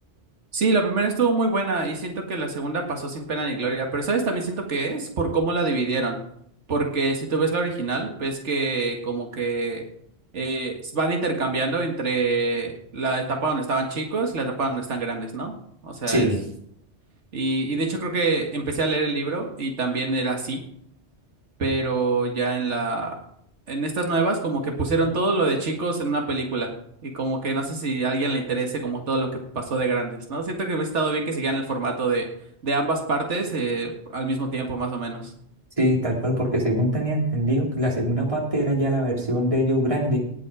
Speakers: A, on the right (about 85°); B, on the right (about 30°).
A: Sí, la primera estuvo muy buena y siento que la segunda pasó sin pena ni gloria, pero ¿sabes? También siento que es por cómo la dividieron, porque si tú ves la original, ves que como que eh, van intercambiando entre la etapa donde estaban chicos y la etapa donde están grandes, ¿no? O sea,
B: Sí,
A: es... Y, y de hecho creo que empecé a leer el libro y también era así pero ya en la, en estas nuevas como que pusieron todo lo de chicos en una película y como que no sé si a alguien le interese como todo lo que pasó de grandes, ¿no? Siento que hubiera estado bien que siguieran el formato de, de ambas partes eh, al mismo tiempo más o menos.
B: Sí, tal cual, porque según tenía entendido que la segunda parte era ya la versión de ellos grande,